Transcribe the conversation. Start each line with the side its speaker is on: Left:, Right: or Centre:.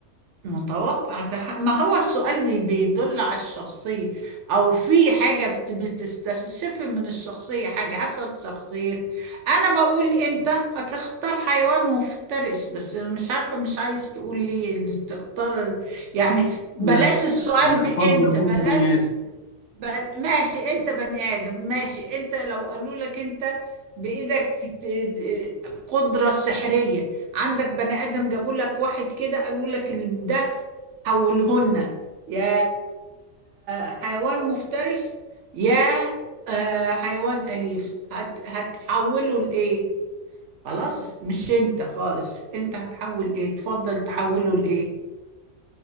Right: متوقع ده ح- ما هو السؤال بي- بيدل على الشخصية أو في حاجة بت- بتستشف من الشخصية حاجة حسب شخصية أنا بقول أنت هتختار حيوان مفترس بس أنا مش عارفة مش عايز تقول لي اللي تختار يعني
Left: لا
Right: بلاش السؤال
Left: انا
Right: بأنت
Left: افضل اكون
Right: بلاش
Left: بني ادم
Right: بل ماشي انت بني ادم ماشي انت لو قالوا لك انت بايدك ت- قدرة سحرية عندك بني ادم جابوا لك واحد كده قالوا لك ال- ده حولهن يا حيوان مفترس يا آه، حيوان أليف هت هتحوله لإيه خلاص مش انت خالص انت هتحول ايه تفضل تحوله لإيه